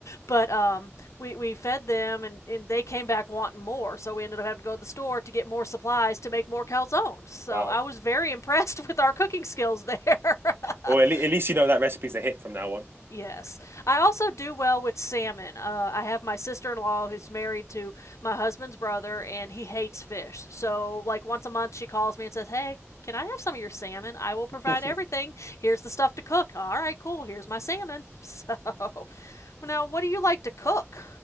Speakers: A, on the left (about 80°); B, on the right (about 50°).
A: But um, we we fed them, and and they came back wanting more, so we ended up having to go to the store to get more supplies to make more calzones. So
B: wow.
A: I was very <laughs> impressed with our cooking skills there. <laughs>
B: Well, at, le at least you know that recipe's a hit from now
A: Yes. I also do well with salmon. Uh, I have my sister in law who's married to my husband's brother, and he hates fish. So, like, once a month, she calls me and says, Hey, can I have some of your salmon? I will provide
B: on.
A: everything. Here's the stuff to cook. All right, cool. Here's my salmon. <laughs> So, well, now, what do you like to cook?